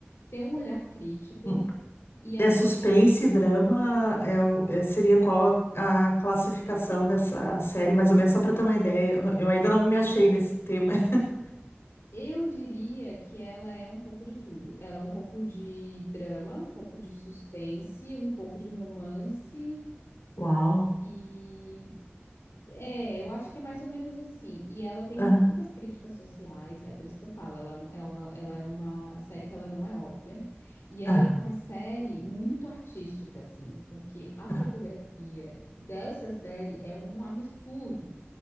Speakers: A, on the left (about 85°); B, on the left (about 70°).
A: ter um olhar crítico
B: Hum,
A: e analisar.
B: É suspense e drama, é, o- é- seria qual a, a classificação dessa série, mais ou menos, só para ter uma ideia. Eu, não- eu ainda não me achei nesse tema. <laughs>
A: Eu diria que ela é um pouco de tudo. Ela é um pouco de drama, um pouco de suspense, um pouco de romance.
B: Uau.
A: E É, eu acho que é mais ou menos assim. E ela tem
B: Aham,
A: muitas críticas sociais, é por isso que eu falo, ela é uma, ela é uma série que ela não é óbvia. E ela
B: aham,
A: é uma série muito artística, assim, porque a fotografia
B: aham,
A: dessa série é um absurdo.